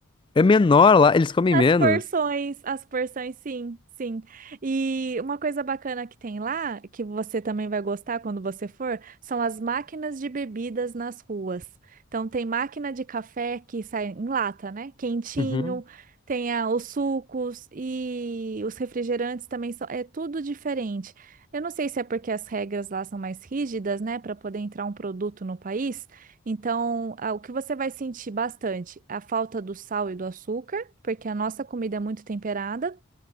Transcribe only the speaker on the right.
As
porções, as porções, sim, sim. E uma coisa bacana que tem lá, que você também vai gostar quando você for, são as máquinas de bebidas nas ruas. Então tem máquina de café que sai em lata, né? Quentinho,
tem a- os sucos e os refrigerantes também são, é tudo diferente. Eu não sei se é porque as regras lá são mais rígidas, né, para poder entrar um produto no país. Então, ah, o que você vai sentir bastante? A falta do sal e do açúcar porque a nossa comida é muito temperada,